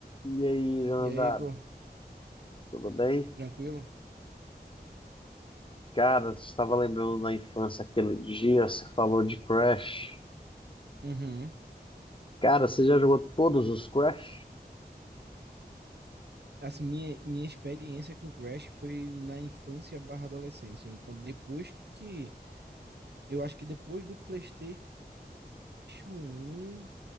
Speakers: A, on the left; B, on the right.
A: E aí, Jonathan,
B: E aí, Igor,
A: tudo bem?
B: tranquilo?
A: Cara, você estava lembrando na infância aquele dia, você falou de Crash.
B: Uhum.
A: Cara, você já jogou todos os Crash?
B: Assim, minha, minha experiência com Crash foi na infância barra adolescência. Então, depois que... Eu acho que depois do PlayStation um